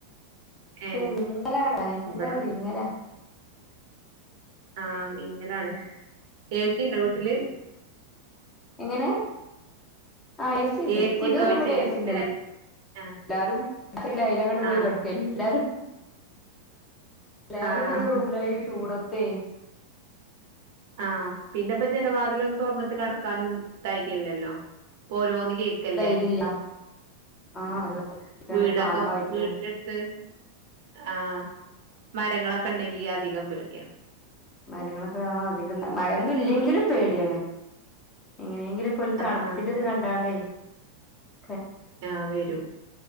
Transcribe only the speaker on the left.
ക്ഷെ
വിങ്ങലാണ് ഭയങ്കര
വിങ്ങലാ
ഏഹ് ആ ഏസി ഇണ്ട്
ഒരു
റൂമിലേസിണ്ട്
എല്ലാരും
രാത്രിപിന്നെ അയി ല് അങ്ങോട്ട് പോയി
കെടക്കെല്ലാരും. എല്ലാരും
ഇപ്പൊ ഒരു റൂമിലാ ഈ ചൂടത്തേ.
ധൈര്യല്ല ആഹ്
ക്കാണ്
പാമ്പായിട്ടും
മരങ്ങളൊ ആ അധികം മഴയൊന്നും ഇല്ലെങ്കിലും
പേടിയാണ് എങ്ങനെയെങ്കിലും ഒരു തണുപ്പിന്റെ
ഇത് കണ്ടാണ് <unintelligible>